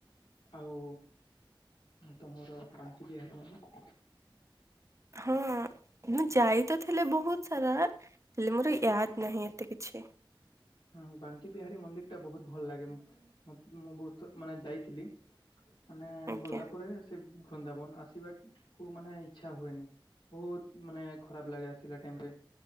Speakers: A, on the left (about 70°); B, on the right (about 35°).
A: ଆଉ ତମର ବାଙ୍କି ବିହାରୀମନ୍ଦିର୍
B: ହଁ ମୁଁ ଯାଇ ତ ଥିଲି ବହୁତ ସାରା ହେଲେ ମୋର ୟାଦ ନାହିଁ ଏତେ କିଛି।
A: ହୁଁ ବାଙ୍କି ବିହାରୀ ମନ୍ଦିର ଟା ବହୁତ୍ ଭଲ୍ ଲାଗେ। ମୁଁ ବହୁତ୍ ମାନେ ଯାଇଥିଲି। ମାନେ
B: ଆଜ୍ଞା
A: ଗଲା ପରେ ସେ ବୃନ୍ଦାବନ ଆସିବାକୁୁ ମାନେ ଇଚ୍ଛା ହୁଏନି। ବହୁତ୍ ମାନେ ଖରାପ ଲାଗେ ଆସିଲା ଟାଇମ୍ ରେ।